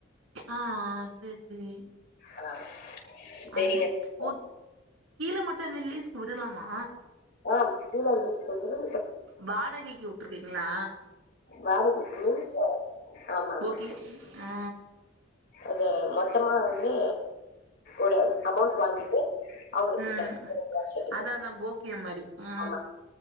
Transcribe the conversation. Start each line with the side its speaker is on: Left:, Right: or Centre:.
Right: ஆ ஆ சேரி ம்
Left: ஆ சரிங்க
Right: அந்
Left: சிஸ்டர்
Right: ஓ கீழ மட்டு என்ன லீசு டு விடலாமா
Left: ஆ கீழ லீஸ்கு விட்டுட்டு
Right: வாடகைக்கு வுட்டுருக்கீங்ளா
Left: வாடகைக்கு மீன்ஸ் ஆமாமா
Right: போக்கி ஆ
Left: அது மொத்தமா வந்து ஒரு அமௌண்ட் வாங்கிட்டு அவுங்களுக்கு
Right: ம்
Left: விட்டாச்சு ஒரு ரெண்டு வருஷத்துக்கு
Right: அதா அதா போக்கியம் மாரி ஆ
Left: ஆமாங்க